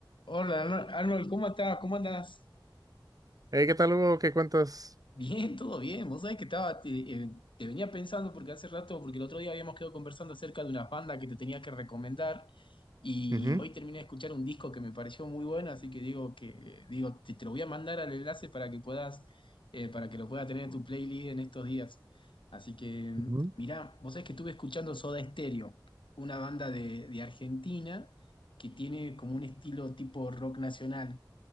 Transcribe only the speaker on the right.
Hey, ¿qué tal, Hugo? ¿Qué cuentas?
Ujú,
Ujú.